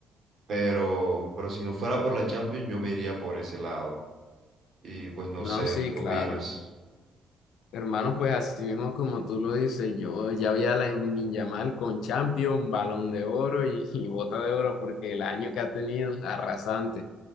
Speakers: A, on the right (about 50°); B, on the left (about 80°).
A: pero, pero si no fuera por la Champions yo me iría por ese lado. Y pues no sé,
B: No, sí,
A: ¿tú qué
B: claro.
A: opinas?
B: Hermano, pues así mismo como tú lo dices, yo ya vi a Lamine Yamal con Champions, Balón de Oro y, y Bota de Oro porque el año que ha tenido, arrasante.